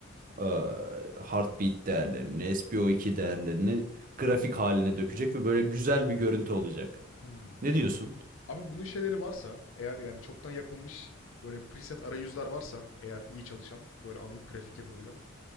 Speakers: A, on the right; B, on the left.
A: e, heartbeat değerlerini, S P o iki değerlerini grafik haline dökecek ve böyle güzel bir görüntü olacak.
B: Hmm.
A: Ne diyorsun?
B: Abi bunun şeyleri varsa eğer yani çoktan yapılmış böyle preset arayüzler varsa eğer iyi çalışan böyle anlık grafik yapabilen